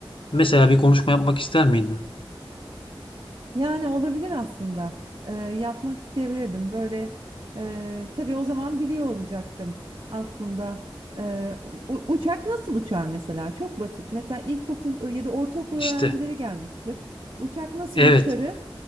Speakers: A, on the left (about 70°); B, on the right (about 55°).
A: mesela bir konuşma yapmak ister miydin?
B: Yani olabilir aslında. Ee, yapmak isteyebilirdim. Böyle e, tabii o zaman biliyor olacaktım aslında. Ee, u- uçak nasıl uçar mesela? Çok basit. Mesela ilkokul ya da ortaokul
A: İşte.
B: öğrencileri gelmiştir. Uçak nasıl
A: Evet.
B: uçarı